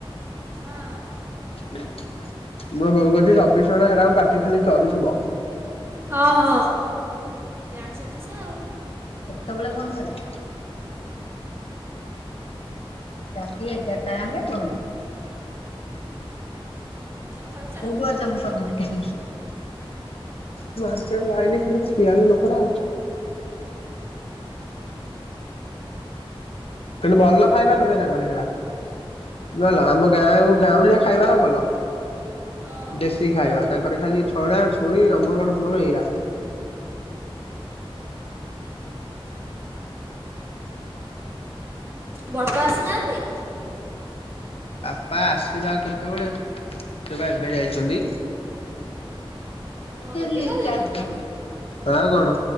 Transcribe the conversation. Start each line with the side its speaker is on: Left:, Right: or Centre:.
Right: ହଁ
Left: ମ ବୋଉ କହୁଛି ଚବିଶ ଘଣ୍ଟା ହେରା ପାଟି ଖାଲି ଚରୁଥିବ।
Right: ହଁ ହ ଜାଣିଛନ୍ତି ସେ ଆଉ।
Left: ସବୁବେଳେ <unintelligible> ରାତି ଏଗାର ଟା ହେଲେ ବନ୍ଦ।
Right: ତଥାପି ଚାଲୁଥିବ।
Left: <unintelligible> ମାର୍କେଟ ଲାଇନ ଖାଲି ଖିଆଲୁ ଲୋକରା ତେଣୁ ଭଲ ଖାଇବା ନୁହେଁ <unintelligible> ନ ହେଲା ଆମ ଗାଁକୁ- ଗାଉଁଲିଆ ଖାଇବାର ଭଲ।
Right: ହଁ।
Left: ଦେଶୀ ଖାଇବା ତାଙ୍କରେ ଖାଲି ଛୁ ଛଣା ଛୁଣି ଅମକ ଢ଼ମକ ଏଇୟା।
Right: ବଡ଼ପା ଆସିନାହାନ୍ତି?
Left: ଆପା ଆସିବା ଆଉ କେତେବେଳେ ସେ ବା ଏବେ ଯାଇଛନ୍ତି। ଏତେ
Right: ହଁ ଏବେ
Left: ଲି
Right: ଗଲେ
Left: ଚାର୍
Right: କି?
Left: ଦିନ ଆ କଣ